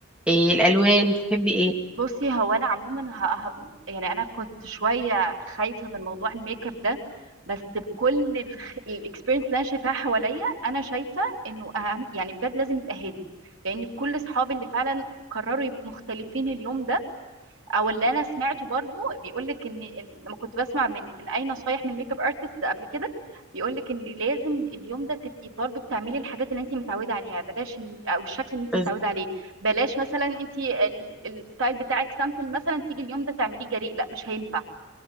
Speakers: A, in the centre; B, on the right.
A: آه، الالوان بتحبي ايه
B: بصي هو انا عموما ه... ه... يعني انا كنت شويه خايفه من موضوع الميك اب ده بس بكل الاكسبيرينس اللي انا شايفاها حواليا انا شايفه انه اهم يعني بجد لازم يبقى هادي لان كل اصحابي اللي فعلا قرروا يبقوا مختلفين اليوم ده او اللي انا سمعته برضو بيقول لك ان إن- لما كنت بسمع من من اي نصايح من ميك اب ارتست قبل كده بيقول لك ان لازم اليوم ده تبقي برضو بتعملي الحاجات اللي انت متعوده عليها بلاش إن- او الشكل اللي انت
A: بز-
B: متعوده عليه بلاش مثلا انت ال- الستايل بتاعك سامبل مثلا تيجي اليوم ده تعمليه جريء لا مش هينفع